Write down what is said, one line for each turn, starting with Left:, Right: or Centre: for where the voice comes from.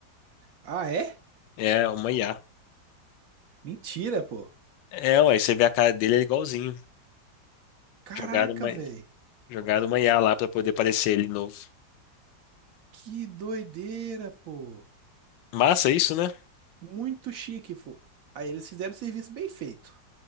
Right: Ah, é?
Left: É uma IA.
Right: Mentira, pô.
Left: É, ué, você vê a cara dele, é igualzinho.
Right: Caraca,
Left: Jogaram uma,
Right: velho.
Left: jogaram uma IA lá pra poder aparecer ele novo.
Right: Que doideira, pô.
Left: Massa isso, né?
Right: Muito chique, pô. Aí eles fizeram o serviço bem feito.